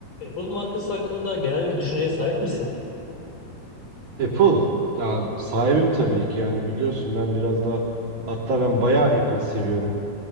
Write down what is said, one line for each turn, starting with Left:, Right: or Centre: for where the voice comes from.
Left: Apple markası hakkında genel bir düşünceye sahip misin?
Right: Apple ya sahibim tabii ki yani biliyorsun ben biraz da hatta ben bayağı Apple seviyorum.